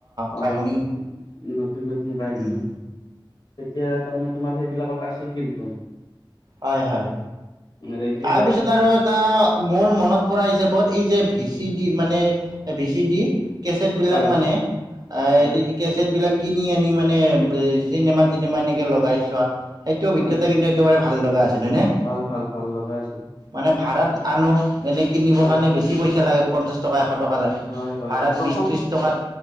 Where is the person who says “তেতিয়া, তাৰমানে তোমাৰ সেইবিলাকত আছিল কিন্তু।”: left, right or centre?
Left